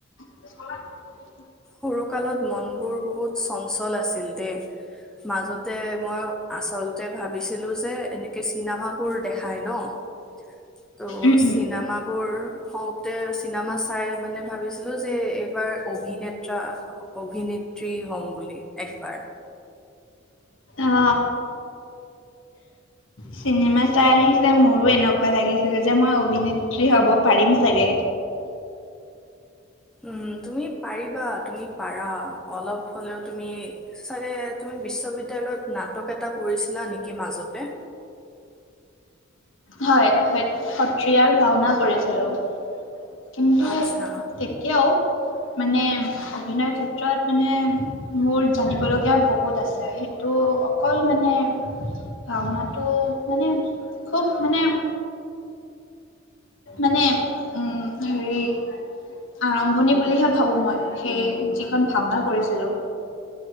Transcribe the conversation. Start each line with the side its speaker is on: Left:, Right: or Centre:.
Left: <inaudible>
Centre: সৰু কালত মনবোৰ বহুত চঞ্চল আছিল দেই। মাজতে মই আচলতে ভাবিছিলো যে এনেকে চিনেমাবোৰ দেখাই ন'।
Left: উম
Centre: চিনেমাবোৰ
Left: উম
Centre: হওঁতে চিনেমা চাই মানে ভাবিছিলো যে এইবাৰ অভিনেতা অভিনেত্ৰী হম বুলি একবাৰ।
Left: অ 'চিনেমা চাই আহিলে মোৰো এনেকুৱা লাগিছিল যে মই অভিনেত্ৰী হব পাৰিম চাগে।
Centre: উম, তুমি পাৰিবা তুমি পাৰা অলপ হ'লেও তুমি চাগে তুমি বিশ্ববিদ্যয়ালয়ত নাটক নাটক এটা কৰিছিলা নেকি মাজতে।
Left: হয়, সত্ৰিয়াৰ ভাওঁনা কৰিছিলোঁ। কিন্তু
Centre: আচ্ছা,
Left: তেতিয়াও মানে অভিনয় ক্ষেত্ৰত মানে মোৰ জানিবলগীয়া বহুত আছে। সেইটো অকল মানে ভাওনাটো মানে খুব মানে- মানে উম। হেৰি আৰম্ভণি বুলিহে ভাবোঁ মই সেই যিখন ভাওনা কৰিছিলোঁ।